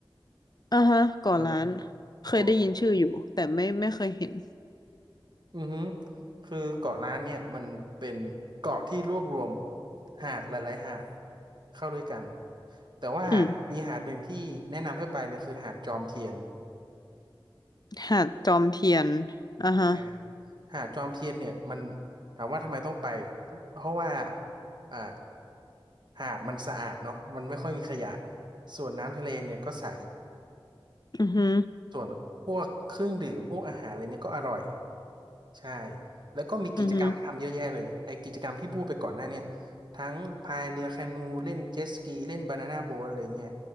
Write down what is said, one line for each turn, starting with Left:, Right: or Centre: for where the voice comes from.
Left: อ่าฮะก่อร้าน
Right: เออ
Left: เคยได้ยินชื่ออยู่แต่ไม่ไม่เคยเห็น
Right: เกาะอือฮึคือเกาะล้านเนี่ยมันเป็นเกาะที่รวบรวมหาดหลายๆหาดเข้าด้วยกันแต่ว่ามีหาดหนึ่งที่แนะนำให้ไปเลยคือหาดจอมเทียน
Left: อืมหาดจอมเทียนอ่าฮะ
Right: นะฮะหาดจอมเทียนเนี่ยมันถามว่าทำไมต้องไปเพราะว่าอ่าหาดมันสะอาดเนาะมันไม่ค่อยมีขยะส่วนน้ำทะเลเนี่ยก็ใส
Left: อือฮึ
Right: ส่วนพวกเครื่องดื่มพวกอาหารอะไรเนี่ยก็อร่อยใช่แล้วก็มีกิจกรรมให้ทำเยอะแยะเลยไอ้กิจกรรมที่พูดไปก่อนหน้าเนี่ย
Left: อือฮึ
Right: ทั้งพายเรือแคนูเล่นเจ็ตสกีเล่นบานาน่าโบ๊ทอะไรเงี้ย